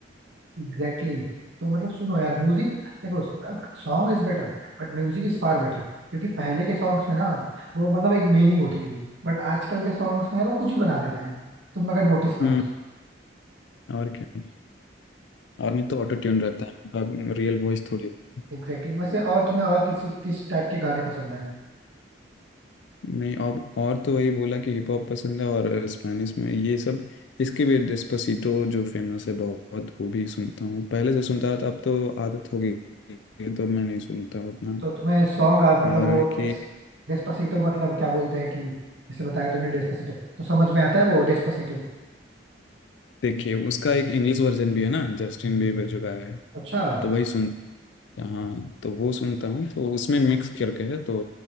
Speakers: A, on the right (about 75°); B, on the left (about 70°).
A: Exactly exactly. तो मतलब सुनो यार म्यूजिक देखो song is better but music is far better क्योंकि पहले के सॉन्ग्स में ना वो मतलब एक मीनिंग होती थी बट आजकल के सॉन्ग्स में यार वो कुछ भी बना देते हैं तुम अगर नोटिस करो
B: हम्म
A: तो
B: और क्या और नहीं तो ऑटो ट्यून रहता है उनका रियल वॉइस थोड़ी होता
A: Exactly exactly. वैसे और तुम्हें और किसी किस टाइप के गाने पसंद है
B: नहीं और और तो वही बोला कि हिप हॉप पसंद है और स्पेनिश में ये सब इसके भी डेस्पासितो जो फेमस है बहुत वो भी सुनता हूँ पहले से सुनता था अब तो आदत हो गई है, तो अब मैं नहीं सुनता उतना
A: तो तुम्हें सॉन्ग मतलब
B: और
A: वो
B: है कि
A: डेस डेस्पासिटो मतलब क्या बोलते हैं कि जैसे बताया तुमने डेस्पासिटो तो समझ में आता है वो डेस्पासिटो
B: देखिए उसका एक इंग्लिश वर्जन भी है ना जस्टिन बीबर जो गाया है
A: अच्छा
B: तो वही सुनता हाँ तो वो सुनता हूँ तो उसमें मिक्स करके है तो